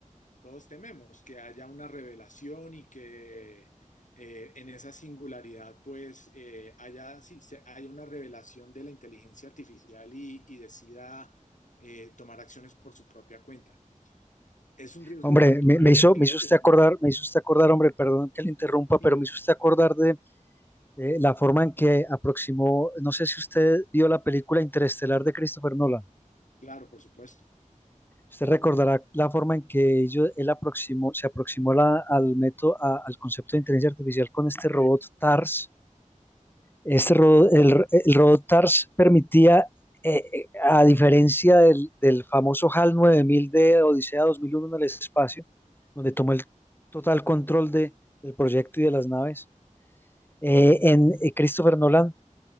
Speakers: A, on the left; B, on the left.
A: todos tememos, que haya una revelación y que eh, en esa singularidad pues eh, haya, sí, se- haya una revelación de la inteligencia artificial y, y decida eh, tomar acciones por su propia cuenta. Es un riesgo
B: Hombre,
A: alto,
B: me, me hizo,
A: creo
B: me hizo usted
A: que
B: acordar,
A: sí,
B: me hizo usted acordar, hombre, perdón que le interrumpa,
A: sí,
B: pero
A: ¿no?
B: me hizo usted acordar de eh, la forma en que aproximó, no sé si usted vio la película Interestelar de Christopher Nolan.
A: Claro, por supuesto.
B: Usted recordará la forma en que ello- él aproximó, se aproximó la- al método, a- al concepto de inteligencia artificial con este robot TARS. Este ro-
A: Que bueno,
B: el, el robot TARS permitía, eh, eh, a diferencia del, del famoso HAL nueve mil de Odisea dos mil uno en el espacio, donde tomó el total control de, del proyecto y de las naves, eh, en eh, Christopher Nolan